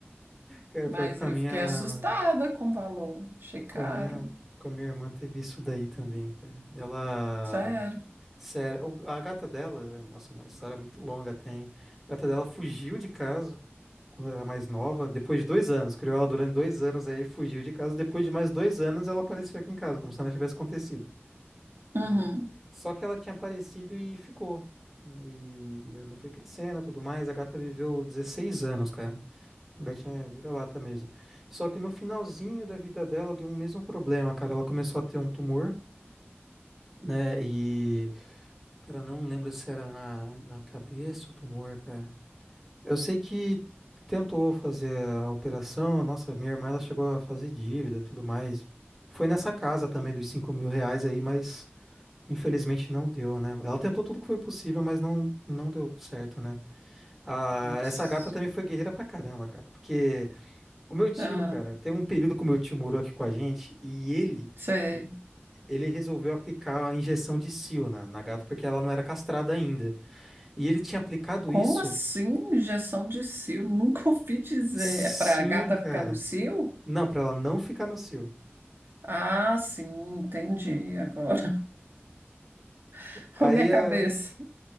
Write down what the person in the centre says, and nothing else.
Cara,
pior que com
a minha,
com a minha, com a minha irmã teve isso daí também, cara. Ela,
sério, o- a gata dela, nossa, uma história muito longa tem. A gata dela fugiu de casa quando ela era mais nova, depois de dois anos, criou ela durante dois anos aí, fugiu de casa. Depois de mais dois anos, ela apareceu aqui em casa, como se nada tivesse acontecido.
né? Só que ela tinha aparecido e ficou. né? E minha irmã foi crescendo e tudo mais. A gata viveu 16 anos, cara. A gatinha é vira-lata mesmo. Só que no finalzinho da vida dela deu o mesmo problema, cara. Ela começou a ter um tumor, né? E, cara, não lembro se era na, na cabeça o tumor, cara. Eu sei que tentou fazer a operação. Nossa, minha irmã, ela chegou a fazer dívida, e tudo mais. Foi nessa casa também dos cinco mil reais aí, mas infelizmente não deu, né? Ela tentou tudo que foi possível, mas não, não deu certo, né? Ah,
essa gata também foi guerreira pra caramba, cara. Porque. O meu tio,
cara, teve um período que o meu tio morou aqui com a gente e ele,
ele ele resolveu aplicar a injeção de cio na, na gata porque ela não era castrada ainda. E ele tinha aplicado
isso,
sim,
cara.
Não, pra ela não ficar no cio.
Aí
a